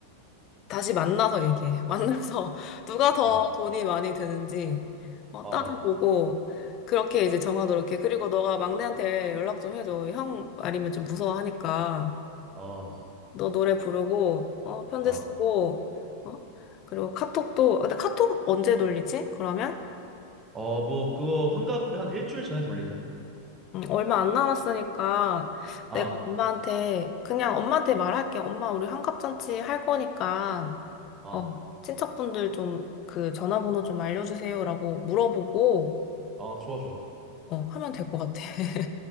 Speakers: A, on the left; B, on the right.
A: 다시 만나서 얘기해. 만나서 <laughs> 누가 더
B: 어.
A: 돈이 많이 드는지 어,
B: 어.
A: 따져보고 그렇게 이제 정하도록 해. 그리고 너가 막내한테 연락 좀 해줘. 형 말이면 좀 무서워하니까.
B: 어.
A: 너 노래 부르고, 어, 편지
B: 어.
A: 쓰고, 어? 그리고 카톡도, 아, 근데 카톡 언제 돌리지? 그러면?
B: 어 뭐 그거 환갑 한 일주일 전에 돌리자.
A: 음, 얼마 안 남았으니까
B: 아.
A: 내가 엄마한테 그냥 엄마한테 말할게. 엄마 우리 환갑잔치 할 거니까
B: 어.
A: 어, 친척분들 좀 그 전화번호 좀 알려주세요라고 물어보고
B: 어 좋아 좋아.
A: 어, 하면 될 것 같아. <laughs>